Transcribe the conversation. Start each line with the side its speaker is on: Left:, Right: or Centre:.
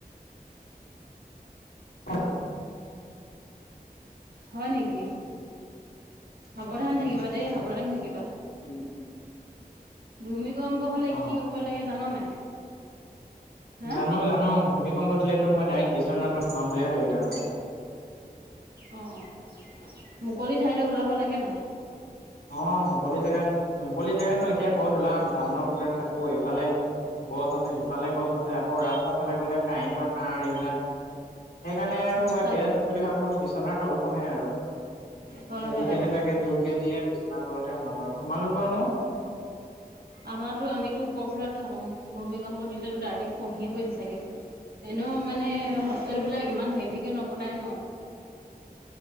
Left: <unintelligible>
Right: হয় নেকি? সাৱধান থাকিবা দেই সাৱধান থাকিবা।
Left: উম।
Right: ভূমিকম্প হলে
Left: অ
Right: কি কি কৰিবব লাগে জান নাই? হা
Left: জানো জানো ভূমিকম্প দিলেতো মই ডাইৰেক্ট বিশ্বনাথক সোমাম বুলিয়ে ভাবি থাকো।
Right: অ' মুকলি ঠাইলৈ ওলাব লাগে নাই।
Left: অ' মুকলি জেগাত, মুকলি জেগাতনো এতিয়া ক'ত ওলাম টাউনৰ ভিতৰত থাকো এইফালে গছ আছে ইফালে গছ আছে আকৌ ৰাস্তা ফালে গলে কাৰেণ্টৰ তাঁৰ এইবিলাক। সেইকাৰণে আৰু
Right: সঁচাকে
Left: মই বেচ বুলি ভাবো বিচনাৰ তলখনে আৰু।
Right: হয়
Left: যদি
Right: হয়।
Left: কেনেবাকে জোৰকে দিয়ে বিচনা তলতে সমান আৰু, তোমালোকৰ নো?
Right: আমাৰো আমিতো উপফ্লৰট থাকো, ভূমিকম্প দিলেতো ডাইৰেক্ট খঁহিয়ে পৰিম চাগে। এনেও মানে হোষ্টেলবিলাক ইমান হেভিকে নবনায় ন।